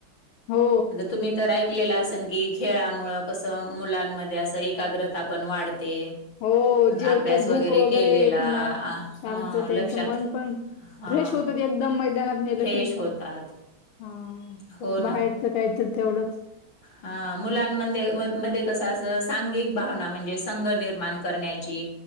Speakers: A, on the left (about 90°); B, on the left (about 60°).
A: हो
B: आता तुम्ही. तर ऐकलेलं असेन की, खेळामुळं कसं मुलांमध्ये असं एकाग्रता पण वाढते.
A: हो, जेवतात
B: अभ्यास
A: भूक वगैरे
B: केलेला आ,
A: पुन्हा, शांत
B: हा
A: त्यांचं
B: लक्षात
A: मन पण.
B: हा
A: फ्रेश होतात, एकदम मैदानात नेलं
B: फ्रेश
A: की
B: होतात.
A: हा.
B: हो
A: बाहेरचं काहीतरी तेवढंच.
B: हा मुलांमध्ये मध्ये कस, अस सांघिक भावना म्हणजे, संघ निर्माण करण्याची. ची